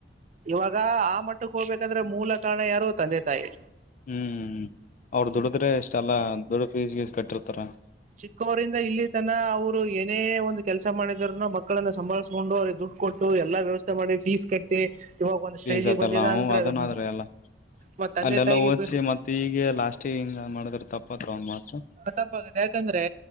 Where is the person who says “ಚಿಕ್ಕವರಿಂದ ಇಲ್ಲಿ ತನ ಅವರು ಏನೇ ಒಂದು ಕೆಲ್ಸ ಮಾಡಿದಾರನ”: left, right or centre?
Right